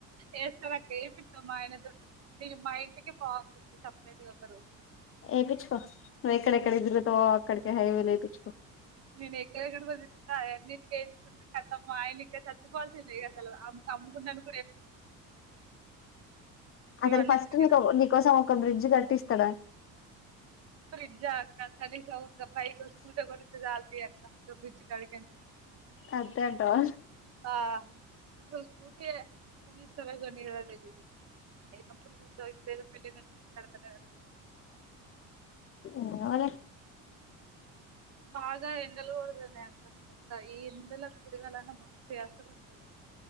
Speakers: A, on the right; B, on the left.
A: ఏస్తాడక్క ఎపిచ్చు మా ఆయన దోని చెప్తే ఇగ మా ఇంటికి బాట సపరేట్ గా ఒక రోజు
B: ఏపించ్చుకో నువ్వు ఎక్కడెక్కడ తిరుగుతావో అక్కడికి హైవే లు ఏపిచ్చుకో
A: నేను ఎక్కడెక్కడకి తిరిగితే అవన్నీటికి ఏయించుకొంటే కతమ్ మా ఆయన ఇంకా చచ్చిపోవాల్సిందే ఇగ అలా అంత అమ్ముకున్నాడు
B: అసలు
A: ఇవన్నీ
B: ఫస్ట్
A: తిరిగేద
B: నీకు నీకోసం ఒక బ్రిడ్జ్ కట్టిస్తాడంట
A: బ్రిడ్జ్ ఆ అక్క కనీసం ఒక బైక్ స్కూటర్ కొనిత్తే చాలు తీయక్క గా బ్రిడ్జ్ కాడికెందుకు
B: అంతే అంటావా
A: ఆ అసలు స్కూటీ యే కొణిత్తలేదు గానీ ఆప్పుడు చూద్దాం లే బైక్ పైన పెళ్ళి దాకా ఉండాలి కదా ఆ
B: ఏం కావాలె
A: బాగా ఎండలు కొడుతున్నాయి అక్క అంత ఈ ఎండలకు తిరుగాలన్నా మస్తు యాష్టకోస్తాంది